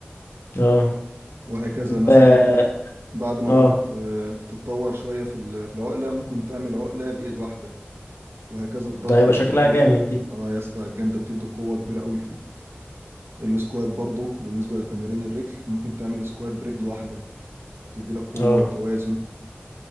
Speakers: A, on the left; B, on the right.
A: اه
B: وهكذا
A: طب
B: مثلا
A: اه
B: أنت بعد ما
A: آه،
B: تت- آه، تتطور شوية في ال- في العقلة ممكن تعمل عقلة بإيد واحدة وهكذا الضغط
A: ده هيبقى
B: برضو
A: شكلها
B: تعمل
A: جامد دي
B: آه يا اسطى الجامدة بتدي قوة كبيرة أوي في السكوات برضو بالنسبة لتمارين الرجل ممكن تعمل سكوات برجل واحدة تدي لك قوة
A: اه
B: وتوازن